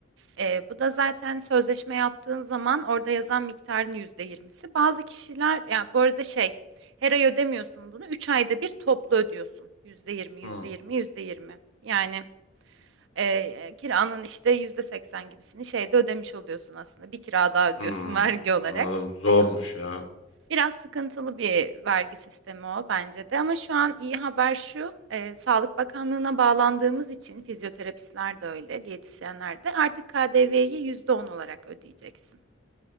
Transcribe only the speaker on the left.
Hı.
Hmm,
anladım. Zormuş ya.